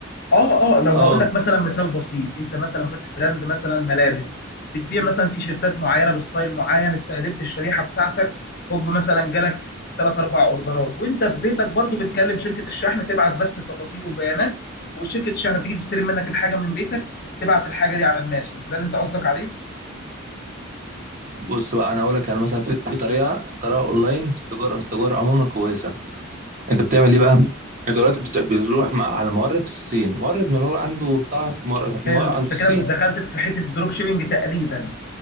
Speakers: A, on the left; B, on the right.
A: اه اه لو هقول
B: اه
A: لك مثلا مثال بسيط انت مثلا فاتح براند مثلا ملابس بتبيع مثلا تيشيرتات معينه بستايل معين استهدفت الشريحه بتاعتك هوب مثلا جالك ثلاث اربع اوردرات وانت في بيتك برضو بتكلم شركه الشحن تبعت بس التفاصيل والبيانات وشركه الشحن بتيجي تستلم منك الحاجه من بيتك تبعت الحاجه دي على الناس مش ده اللي انت قصدك عليه
B: بص بقى انا اقول لك انا مثلا في, في طريقه في طريقه اونلاين في التجاره في التجاره عموما كويسه انت بتعمل ايه بقى؟ انت دلوقتي بت- بتروح مع على مورد في الصين مورد من اللي هو عنده بضاعه في مر-
A: حلو
B: في مر-
A: انت
B: على- في الصين
A: كده دخلت في حته الدروب شيبنج تقريبا